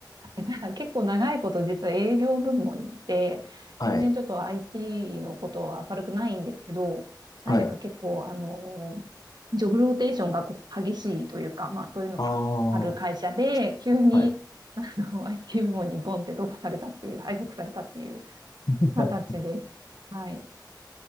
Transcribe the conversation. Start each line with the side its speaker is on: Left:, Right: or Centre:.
Right: <laughs> 結構長いこと実は営業部門にいて、
Left: はい。
Right: 全然ちょっと IT のことは明るくないんですけど、なぜか結構、
Left: はい。
Right: あの、ジョブローテーションがこう激しいというか、まあそういうのがある会社で、
Left: ああ、
Right: 急に、
Left: はい。
Right: あの、IT 部門にボンって飛ばされたっていう、配属されたっていう
Left: <laughs>
Right: 形です。はい。